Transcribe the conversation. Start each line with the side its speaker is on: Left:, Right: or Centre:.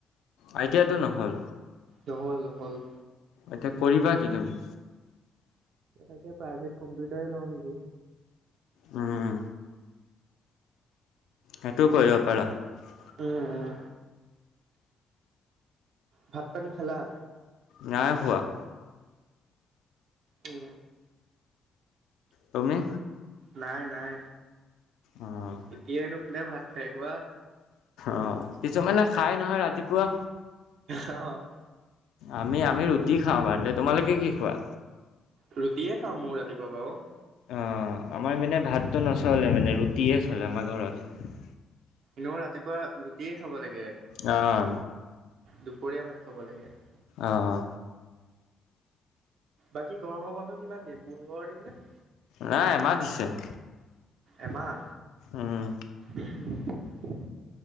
Left: আইতিয়াটো নহ'ল।
Right: নহ'ল, নহ'ল।
Left: এতিয়া কৰিবা কি তুমি?
Right: এটাকে প্ৰাইভেট কম্পিউটাৰে লওঁ নেকি
Left: উম, সেইটো কৰিব পাৰা ।
Right: ওঁ, ওঁ ভাত -পানী খালা?
Left: নাই খোৱা ।
Right: ওঁ
Left: তুমি?
Right: নাই নাই।
Left: অ'
Right: এতিয়ানো কোনে ভাত খাই কোৱা?
Left: অঁ, কিছুমানে খাই নহয় ৰাতিপুৱা
Right: অ',
Left: আমি, আমি ৰুটি খাওঁ ৰাতিপুৱা। তোমালোকে কি খোৱা?
Right: ৰুটিয়ে খাওঁ, মও ৰাতিপুৱা বাও ।
Left: অঁ, আমাৰ মানে, ভাতটো নচলে মানে, ৰুটিহে চলে আমাৰ ঘৰত ।
Right: এনেও ৰাতিপুৱা ৰুটিয়ে খাব লাগে ।
Left: অঁ
Right: দুপৰীয়া ভাত খাব লাগে ।
Left: অঁ
Right: বাকি, গৰমৰ বন্ধ কিমান দিন। পোন্ধৰ দিন নে?
Left: নাই এমাহ দিছে ।
Right: এমাহ
Left: উম
Right: <unintelligible>